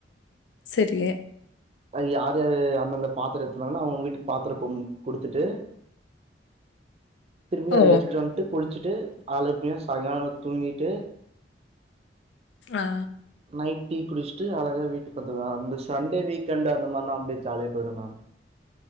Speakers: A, on the left; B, on the right.
A: செரி
B: அது யார் யாரு அந்தந்த பாத்துரோ எடுத்துந்தாங்கன்னா அவுங்க அவுங்க வீட்டுக்கு பாத்திர கொம் குடுத்துட்டு திரும்பி அது
A: ஓ!
B: வெஸ்ட்டு வன்ட்டு குளிச்சுட்டு அலப்பியா சாய்ங்காலோ தூங்கிட்டு
A: ஆ ஆ
B: நைட் டீ குடுச்ட்டு அழகா வீட்டுக்கு வந்துருவே அந்த சண்டே வீக்கெண்டு அந்த மாரிலா அப்டியே ஜாலிய போயிரு மேம்